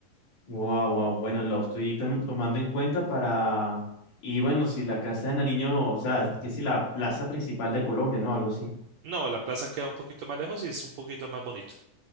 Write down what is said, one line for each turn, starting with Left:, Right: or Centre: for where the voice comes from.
Left: Wow, wow. Bueno, lo estoy tom- tomando en cuenta para. Y bueno, si la Casa de Nariño, o sea, que si la plaza principal de Colombia, ¿no? Algo así.
Right: No, la plaza queda un poquito más lejos y es un poquito más bonito.